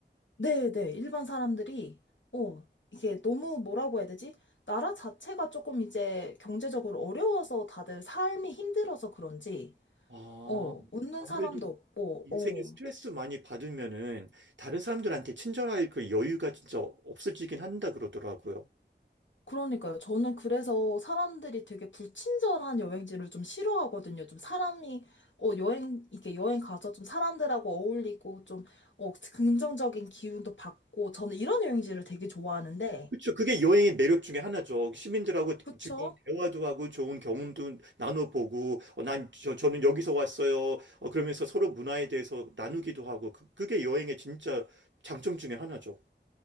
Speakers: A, on the left (about 80°); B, on the right (about 80°).
A: 네, 네, 일반 사람들이, 어, 이게 너무 뭐라고 해야 되지? 나라 자체가 조금 이제 경제적으로 어려워서 다들 삶이 힘들어서 그런지,
B: 아,
A: 어, 웃는
B: 아무래도
A: 사람도 없고,
B: 인생에
A: 어,
B: 스트레스 많이 받으면은 다른 사람들한테 친절할 그 여유가 진짜 없어지긴 한다 그러더라고요.
A: 그러니까요. 저는 그래서 사람들이 되게 불친절한 여행지를 좀 싫어하거든요. 좀 사람이, 어, 여행, 이렇게 여행 가서 좀 사람들하고 어울리고 좀, 어, 긍정적인 기운도 받고, 저는 이런 여행지를 되게 좋아하는데,
B: 그렇죠. 그게 여행의 매력 중에 하나죠. 시민들하고
A: 그쵸?
B: 즐거운 대화도 하고 좋은 경험도 나눠보고 어, 난 저, 저는 여기서 왔어요. 어, 그러면서 서로 문화에 대해서 나누기도 하고 그, 그게 여행의 진짜 장점 중에 하나죠.